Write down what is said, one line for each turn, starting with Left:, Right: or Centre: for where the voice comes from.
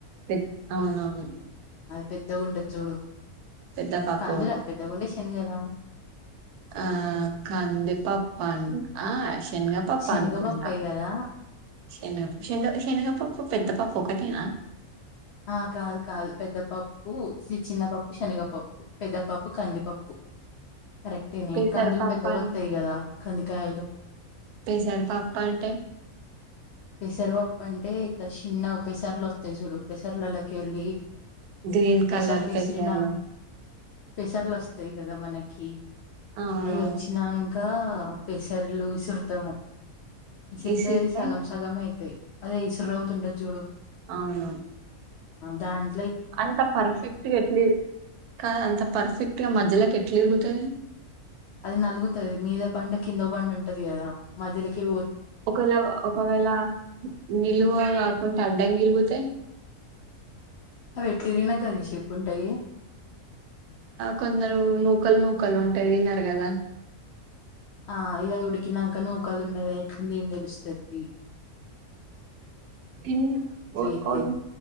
Right: పెద్ అవునవును.
Left: పెద్దగుంటది జూడు.
Right: పెద్ద పాప
Left: కందులా పెద్దగుండెస్ ఎనుగదా.
Right: ఆ కందిపప్పాండి ఆ స్ శనగపప్పానుకుంటా,
Left: శనగపప్పే కదా
Right: శనగ షెన్గ షెనగపప్పు పెద్దపప్ ఒకటేనా.
Left: ఆ కాదు కాదు పెద్దపప్పు, సి చిన్నపప్పు, శనగపప్పు. పెద్దపప్పు కందిపప్పు. కరెక్టేనే,
Right: పెసరపప్పు
Left: కందులు పెద్దగొస్తాయి గదా ఖంది కాయిదు.
Right: పెసరపప్పంటే?
Left: పెసరపప్పంటే ఇట్ట షిన్నగ పేసర్లొస్తయి జూడు, పెసర్లలకెల్లీ.
Right: గ్రీన్
Left: పెసర్లు
Right: కలర్ పెసర్లు
Left: ఇసిరినా పెసర్లొస్ స్తయి కదా మనకి.
Right: అవును
Left: అయి ఒచ్చినా ఇంకా ఆ పెసర్లు ఇసురుతము. ఇసురుతది
Right: ఇసిరితే
Left: సగం. అయితది. అదే ఇసురవుతుంటది జూడు.
Right: అవును
Left: దాన్
Right: అంత పర్ఫెక్ట్గా ఎట్లి కా అంత పర్ఫెక్ట్గా మధ్యలోకి ఎట్లు ఇరుగుతది
Left: అది నలుగుతుది మీద బండ కిందో బండ ఉంటది కదా మధ్యలోకిరు
Right: ఒకవేళ ఒకవేళ నిలువ కాకుండా అడ్డం తరిగితే
Left: అవి ఎట్లు ఇరిగినా గదే షేప్ ఉంటాయి
Right: కొందరు నూకలు నూకలు ఉంటే తిన్నారు కదా
Left: ఆ ఇ ఉడికినంకనో నూకాలు ఉండద అట్లుంది తెలుస్తాది
Right: తిన్ ఓ
Left: చెత్తంది
Right: ఓ